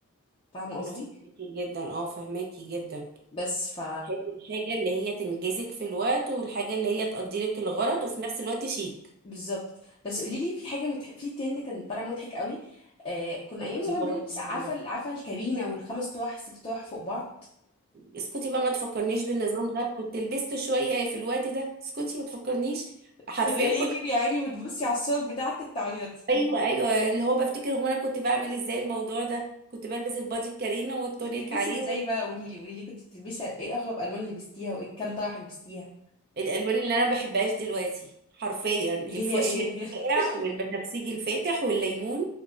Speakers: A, on the left; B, on the right.
A: فاهمة قصدي؟
B: انا فهماكي جدا اه فهماكي جدا
A: بس ف
B: تحبي الحاجه اللي هي تنجزك في الوقت والحاجه اللي هي تقضي لك الغرض وفي نفس الوقت شيك
A: بالظبط بس قولي لي في حاجه متح... في ترند كان طالع مضحك قوي آه كنا ايام زمان
B: ايه
A: بنلبس
B: هو الترند
A: عفا
B: ده
A: ال- عفا الكابينه والخمس طواح الست طواح فوق بعض
B: اسكتي بقى ما تفكرنيش بالنظام ده كنت لبست شويه في الوقت ده اسكتي ما تفكرنيش حرفيا
A: تلاقيكي
B: كل
A: يا عيني بتبصي على الصور بتاعتك تعيطي
B: ايوه ايوه اللي هو بفتكر هو انا كنت بعمل ازاي الموضوع ده كنت بلبس البادي الكارينا والتونيك
A: كنت بتلبسي
B: عليه
A: ازاي بقى قولي لي قولي لي كنت بتلبسي ايه اغرب الوان اللي لبستيها وايه كام طرح لبستيها
B: والالوان اللي انا ما بحبهاش دلوقتي حرفيا الفوشيا
A: اللي هي ايه اللي
B: الفاقع
A: هي <laughs>
B: والبنفسجي الفاتح والليمون